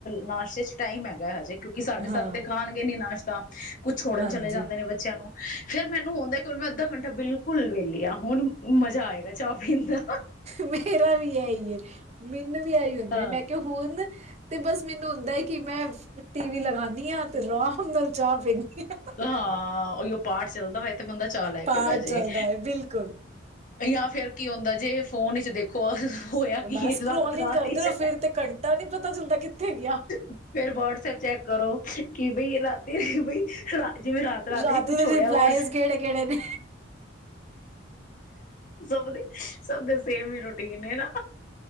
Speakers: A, on the left; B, on the right.
A: ਨਾਸ਼ਤੇ ਚ ਟਾਈਮ ਹੈਗਾ ਹਜੇ ਕਿਉਂਕਿ ਸਾਡੇ
B: ਹਾਂ
A: ਸੱਤ ਤੇ ਖਾਣਗੇ ਨੀ ਨਾਸ਼ਤੇ <unintelligible> ਕੁਛ ਛੋੜਨ
B: ਹਾਂਜੀ
A: ਚਲੇ ਜਾਂਦੇ ਨੇ ਬੱਚਿਆਂ ਨੂੰ, ਫਿਰ ਮੈਨੂੰ ਆਉਦਾ ਕਿ ਮੈਂ ਅੱਧ ਘੰਟਾ ਬਿਲਕੁਲ ਵਹਲੀ ਆ, ਹੁਣ। ਮਜ਼ਾ ਆਏਗਾ ਚਾਹ ਪੀਣ ਦਾ
B: ਮੇਰਾ ਵੀ ਆਹੀ ਏ, ਮੈਨੂੰ ਵੀ ਆਹੀ ਹੁੰਦਾ,
A: ਹਾਂ
B: ਮੈਂ ਕਿਹਾ ਹੋੁਣ ਤੇ ਬਸ ਮੈਨੂੰ ਹੁੰਦਾ ਹੈ, ਕਿ ਮੈਂ, ਟੀ ਵੀ ਲਗਾਨੀ ਹਾਂ। ਆਰਾਮ ਨਾਲ ਚਾਹ ਪੀਨੀ ਆ।
A: ਹਾਂ ਉਹੀਓ ਪਾਠ ਚੱਲਦਾ ਹੋਇ ਤੇ ਬੰਦਾ ਚਾਅ ਲੈ
B: ਪਾਠ
A: ਕੇ, ਬਹਿ ਜੇ
B: ਚੱਲਦਾ ਏ ਬਿਲਕੁਲ।
A: ਯਾ ਫੇਰ ਕੀ ਹੁੰਦਾ ਜੇ। ਫੋਨ ਵਿਚ ਦੇਖੋ ਹੋਇਆ ਕੀ
B: ਬਸ
A: ਏ,
B: ਸਕਰੋਲਿੰਗ
A: ਰਾਤ-ਰਾਤ
B: ਕਰਦੇ
A: ਵਿਚ
B: ਰਹੋ ਫਿਰ ਤੇ ਘੰਟਾ ਨੀ ਪਤਾ ਚੱਲਦਾ ਕਿੱਥੇ ਗਿਆ।
A: ਫੇਰ ਵਾਟਸਐਪ ਚੈਕ ਕਰੋ ਕਿ, ਬਈ ਰਾਤੀ ਬਈ ਰਾ ਜਿਵੇਂ ਰਾਤ-ਰਾਤ
B: ਰਾਤੀ
A: ਕੁਛ
B: ਦੇ
A: ਹੋਇਆ,
B: ਰਿਪਲਾਈਜ਼
A: ਵ
B: ਕਿਹੜੇ-ਕਿਹੜੇ ਨੇ।
A: ਸਭ ਦੇ ਸਭ ਦੱਸ ਸੇਮ ਹੀ ਰੋਟੀ ਕਿਹਨੇ ਨਾ।